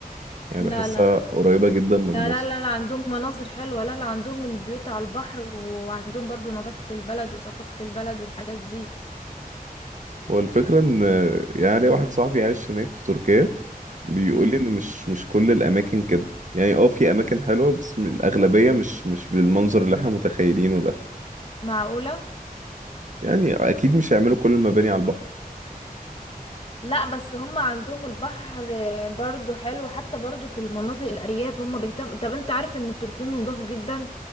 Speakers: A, on the right; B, on the left.
A: يعني
B: لا
A: بحسها
B: لا
A: قريبة جدا من
B: لا
A: مصر
B: لا لا, لا عندهم مناظر حلوة لا لا عندهم البيوت على البحر وعندهم برضو نظافة البلد وثقافة البلد والحاجات دي
A: والفكرة ان يعني واحد صاحبي عايش هناك في تركيا بيقول
B: مم.
A: لي ان مش مش كل الاماكن كده يعني اه في اماكن حلوة بس م- الاغلبية مش مش بالمنظر اللي احنا متخيلينه ده
B: معقولة
A: يعني اكيد مش هيعملوا كل المباني على البحر
B: لا بس هم عندهم البحر برضو حلو حتى برضو في المناطق الأرياف هم بيهتموا طب انت عارف ان التركيين نضاف جدا